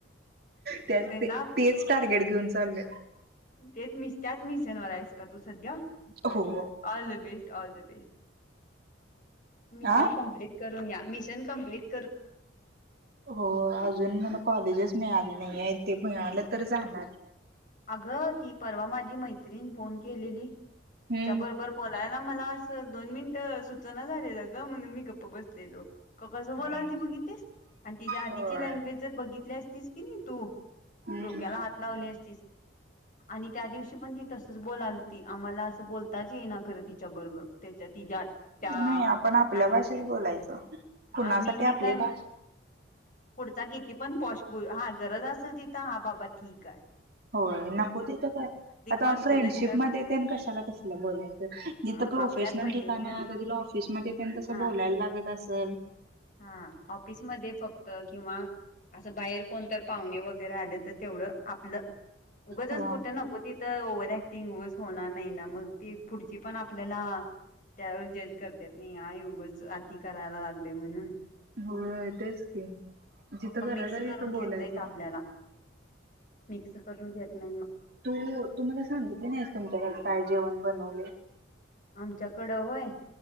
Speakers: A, on the right (about 50°); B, on the left (about 40°).
A: त्याच
B: त्यांना
A: ते तेच टार्गेट घेऊन चाललोय.
B: तेच त्याच मिशनवर आहेस का तू सध्या, बर
A: हो
B: बर all the best. All the best. मिशन
A: आ
B: कंप्लीट करून या मिशन कप्लीट
A: हो अजून मला कॉलेजच मिळालं नाही आहे ते मिळालं तर जाणार.
B: अगं ती परवा माझी मैत्रीणं फोन केलेली,
A: हम्म
B: तिच्याबरोबर बोलायला मला अस दोन मिन टं सुचेना झालेल ग म्हणून मी गप्पा बसलेलो, कसं
A: हा
B: बोलालती बघितलीस. आणि तिच्या
A: होय
B: आधीची लँग्वेज जर बघितली असतीस की नाही तू,
A: हम्म
B: डोक्याला हात लावली असतीस. आणि त्या दिवशी पण ती तसच बोलालती, आम्हाला असं बोलत- ताच येईना खरं तिच्या बरोबर त्याच्या तिच्या त्या
A: नाही आपण आपल्या
B: काय म्हणत्यात
A: भाषेत बोलायचं. कुणासाठी
B: हा मी मी
A: आपली
B: काय
A: भाषा
B: पुढचा किती पण पॉष हा गरज असल तिथं हा बाबा ठीक हाय
A: होय नको तिथं काय आता
B: कॉन्फिडन्स
A: फ्रेंडशिप
B: काय
A: मध्ये तेन कशाला तसलं बोलायचं जिथं
B: अ
A: प्रोफेशनल
B: आपल्यात बाई
A: ठिकाणात
B: ह
A: तिला ऑफिसमध्ये तेन तसं
B: हा
A: बोलायला लागत असंल
B: हा ऑफिसमध्ये फक्त किंवा असं बाहेर कोणतर पाहुणे वगैरे आले तर तेवढं आ आपलं उगंचच
A: अ
B: कुठं नको तिथं ओवर ऍक टिंग उगच होणार नाही ना मग ते पुढची पण आप आपल्याला त्यावर जज करतेत नही हां ही उगच ती करायला लागले म्हणून.
A: होय तेच की, जिथं
B: मग
A: गरज
B: मिक्स
A: आहे
B: करून
A: तिथं
B: घेत
A: बोलायचं
B: नाहीत आपल्याला
A: गं.
B: मिक्स करून घेत ना
A: तू तु मला सांगितली नाहीस तुमच्या घरात काय जेवण बनवलंय?
B: आमच्याकडं व्हय?